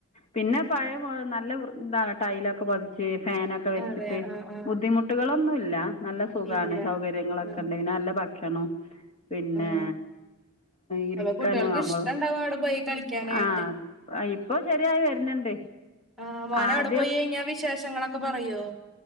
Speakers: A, on the left; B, in the centre.
A: പിന്നെ പഴയ പോല നല്ല ഇതാണ് ടൈലൊക്കെ പതിച്ച് ഫാനൊക്കെ വെച്ചിട്ട്
B: അതെ ആ ആ
A: ബുദ്ധിമുട്ടുകളൊന്നുല്ല നല്ല സുഖമാണ്
B: ഇല്ല
A: സൗകര്യങ്ങളൊക്കെ
B: ആ
A: ഉണ്ടങ്കെ നല്ല ഭക്ഷണംോ പിന്നെ
B: ആ
A: ഇരിക്കാന
B: അപ്പൊ കുട്ടികൾക്ക്
A: നമ്മൾ
B: ഇഷ്ടണ്ടാവും അവിടെ പോയി കളിക്കാനായിട്ട്
A: ആഹ ഇപ്പൊ ശരിയായി വരുന്നുണ്ട്
B: ആ് മോന
A: ആദ്യം
B: അവിടെ പോയി കഴിഞ്ഞാ വിശേഷങ്ങളൊക്കെ പറയോ